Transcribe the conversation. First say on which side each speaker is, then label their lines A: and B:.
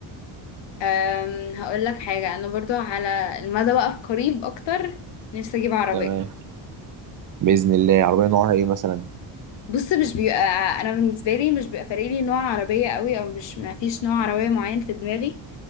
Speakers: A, on the left; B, on the right.
A: أم هقول لك حاجة أنا برضو على المدى بقى القريب أكتر نفسي أجيب عربية
B: تمام باذن الله عربيه نوعها ايه مثلا
A: بص مش بيبقى أنا بالنسبة لي مش بيبقى فارق لي نوع عربية قوي أو مش ما فيش نوع عربية معين في دماغي